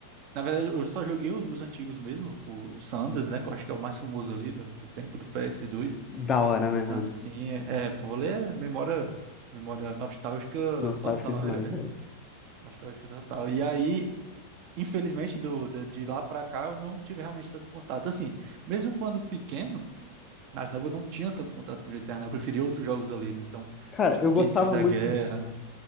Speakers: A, on the right (about 40°); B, on the left (about 20°).
A: Na verdade, eu só joguei os dos antigos mesmo, o, o Sanders, né? Que eu acho que é o mais famoso ali do, do tempo do ps dois
B: Da hora,
A: Então,
B: né, mano?
A: assim, é, pô, vôlei é memória, memória nostálgica
B: Nostálgico
A: total,
B: demais,
A: né? velho?
B: velho.
A: Nostálgica total. E aí, infelizmente, do, da- de, lá pra cá, eu não tive realmente tanto contato. Assim, mesmo quando pequeno, nas novo, eu não tinha tanto contato com GTA, né? Eu preferia outros jogos ali, né? Então,
B: Cara,
A: tinha
B: eu
A: o quê?
B: gostava
A: Deus da
B: muito
A: Guerra.